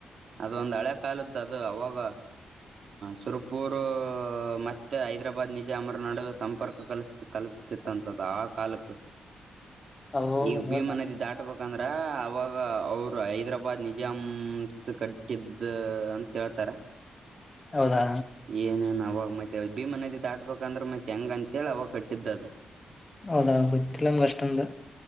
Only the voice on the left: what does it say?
ಅವು
ಹೌದಾ
ಹೌದಾ
ಹೌದಾ ಗತ್ತಿಲ್ಲಂದ ಅಷ್ಟೊಂದು